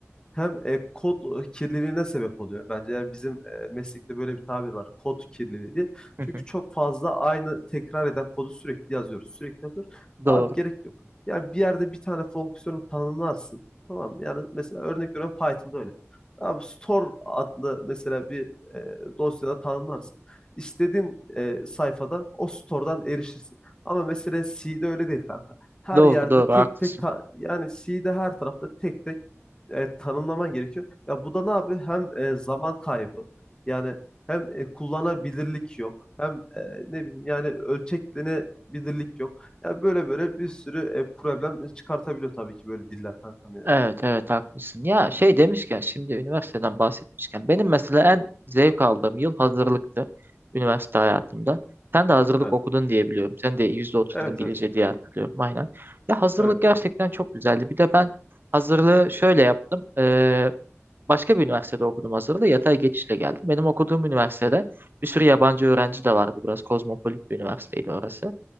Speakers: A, on the left; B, on the right.
A: hem e, kod kirliliğine sebep oluyor. Bence yani bizim e, meslekte böyle bir tabir var. Kod kirliliği diye.
B: hı
A: Çünkü
B: hı.
A: çok fazla aynı tekrar eden kodu sürekli yazıyoruz. Sürekli yazıyoruz. Abi
B: Doğru.
A: gerek yok. Yani bir yerde bir tane fonksiyonu tanımlarsın. Tamam mı? Yani mesela örnek veriyorum Python'da öyle. Abi store adlı mesela bir e, dosyada tanımlarsın. İstediğin e, sayfada o store'dan erişirsin. Ama mesela C'de öyle değil kanka. Her
B: Doğru
A: yerde
B: doğru
A: tek
B: haklısın.
A: tek ta- yani C'de her tarafta tek tek e, tanımlaman gerekiyor. Ya bu da ne yapıyor? Hem e, zaman kaybı yani hem e, kullanabilirlik yok. Hem e, ne bileyim yani ölçeklenebilirlik yok. Ya böyle böyle bir sürü e, problem çıkartabiliyor tabii ki böyle diller kankam yani.
B: Evet evet haklısın. Ya şey demişken şimdi üniversiteden bahsetmişken benim mesela en zevk aldığım yıl hazırlıktı üniversite hayatımda. Sen de hazırlık
A: Evet.
B: okudun diye biliyorum. Sen de yüzde otuz
A: Evet
B: İngilizce
A: evet.
B: diye hatırlıyorum aynen. Ya hazırlık
A: Öyle kanka.
B: gerçekten çok güzeldi. Bir de ben hazırlığı şöyle yaptım. Ee, başka bir üniversitede okudum hazırlığı. Yatay geçişle geldim. Benim okuduğum üniversitede bir sürü yabancı öğrenci de vardı. Biraz kozmopolit bir üniversiteydi orası.